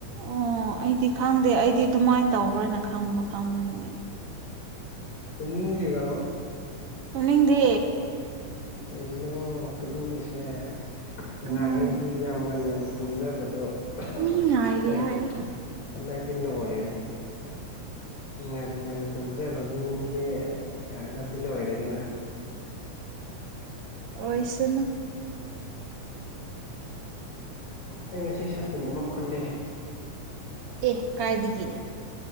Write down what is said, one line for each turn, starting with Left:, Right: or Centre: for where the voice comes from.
Right: ꯑꯣ ꯑꯩꯗꯤ ꯈꯪꯗꯦ ꯑꯩꯗꯤ ꯑꯗꯨꯃꯥꯏꯅ ꯇꯧꯕ꯭ꯔꯅ ꯈꯪꯕ ꯈꯪꯕꯅꯤꯅꯦ
Left: ꯇꯨꯝꯅꯤꯡꯗ꯭ꯔꯤꯕ ꯕ
Right: ꯇꯨꯝꯅꯤꯡꯗꯦ
Left: ꯀꯩꯒꯤꯅꯣ ꯇꯧꯅꯤꯡꯗ꯭ꯔꯤꯁꯦ ꯅꯍꯥꯡꯈꯩꯗꯤ
Right: ꯅꯪ
Left: ꯌꯥꯝ ꯉꯟ ꯉꯟ ꯇꯨꯝꯖꯕꯗꯣ
Right: ꯃꯤ ꯉꯥꯏꯔꯤ
Left: ꯍꯟꯗꯛ
Right: ꯍꯥꯏꯔꯒ
Left: ꯍꯟꯗꯛꯇꯤ ꯂꯣꯏꯔꯦ ꯉꯟ ꯉꯟꯅ ꯇꯨꯝꯖꯕ ꯃꯤꯁꯦ ꯍꯟꯗꯛꯇꯤ ꯂꯣꯏꯔꯦꯗꯅ
Right: ꯑꯣꯏꯁꯅꯨ
Left: ꯑꯩ ꯉꯁꯤ ꯁꯥꯇꯤꯟ ꯑꯃ ꯈꯨꯜꯂꯦ
Right: ꯑꯦ ꯀꯥꯏꯗꯒꯤ